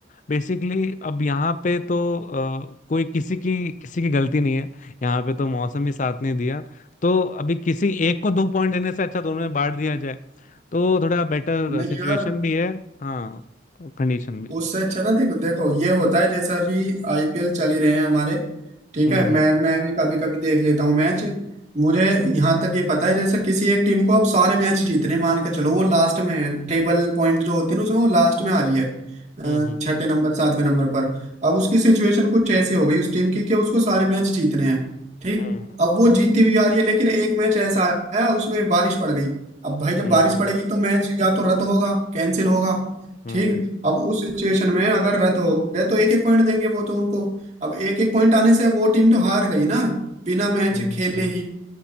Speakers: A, on the left (about 40°); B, on the right (about 40°).
A: बेसिकली अब यहाँ पे तो अ, कोई किसी की किसी की गलती नहीं है यहाँ पे तो मौसम ही साथ नहीं दिया तो अभी किसी एक को दो पॉइंट देने से अच्छा दोनों में बांट दिया तो थोड़ा बेटर
B: नहीं
A: सिचुएशन
B: यार
A: भी है हाँ कंडीशन भी
B: उससे अच्छा ना देखो देखो ये होता है जैसे अभी आईपीएल चल ही रहे हैं हमारे ठीक
A: हम्म
B: है मैं मैं भी कभी कभी देख लेता हूँ मैच मुझे यहाँ तक ये पता है जैसे किसी एक टीम को अब सारे मैच जीतने मान के चलो वो लास्ट में है टेबल पॉइंट जो होती है ना उसमें वो लास्ट में आ रही है अ,
A: हम्म
B: छठे नंबर सातवें नंबर पर अब उसकी सिचुएशन कुछ ऐसी हो गई उस टीम की कि उसको सारे मैच जीतने हैं ठीक
A: हम्म
B: अब वो
A: हम्म
B: जीतती भी आ रही है लेकिन एक मैच ऐसा आया उसमें बारिश पड़ गई अब भाई जब
A: हम्म
B: बारिश पड़ेगी तो मैच या तो रद्द होगा कैंसिल होगा
A: हम्म
B: ठीक
A: हम्म,
B: अब उस सिचुएशन में अगर रद्द हो गए तो एक एक पॉइंट देंगे वो तो उनको अब एक एक पॉइंट आने से वो टीम तो हार गई ना बिना मैच
A: हम्म,
B: खेले
A: हम्म,
B: ही